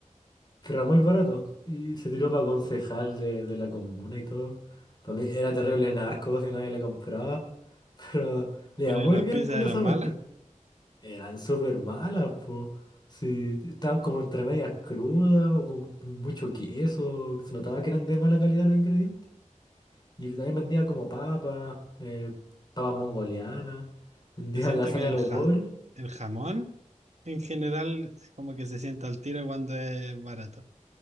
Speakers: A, on the left; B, on the right.
A: Pero era muy barato. Y se tiró para concejal de, de la comuna y todo. Para mí era terrible narco si nadie le compraba. <laughs> Pero le
B: Pero
A: iba muy
B: las
A: bien,
B: pizzas
A: curiosamente.
B: eran malas.
A: Eran súper malas, pues. Sí, estaban como entre medias crudas o con mucho queso. Se notaba que eran de mala calidad los ingredientes. Y también vendía como papas, eh, papas mongolianas. Vendía
B: Yo siento
A: lasaña
B: que el,
A: a los
B: ja-
A: pobres.
B: el jamón en general como que se sienta al tiro cuando es barato